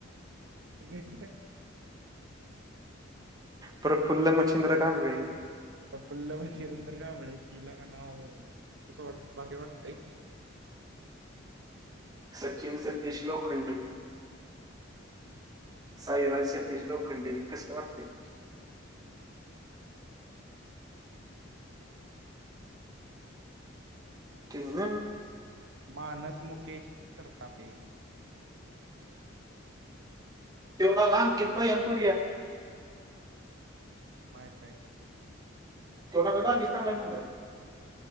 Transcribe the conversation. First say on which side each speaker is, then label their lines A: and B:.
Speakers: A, on the right; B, on the right.
A: रेट काय
B: प्रफुल्ल मच्छिंद्र कांबळे.
A: प्रफुल्ल मच्छिंद्र कांबळे, हे लगा नाव, तिला का नाव तस वाटतय, भारी वाटतंय.
B: सचिन सतीश लोखंडे.
A: हम्म. <unintelligible>
B: साईराज सतीश लोखंडे, कसं वाटतय.
A: ह. <unintelligible>
B: तेम
A: मानस मुकेश सरतापे.
B: ते व बघा अंकीत ह्या कुर्या.
A: माहित हाय.
B: तेवढा कदा मी सांगाय सांगु काय.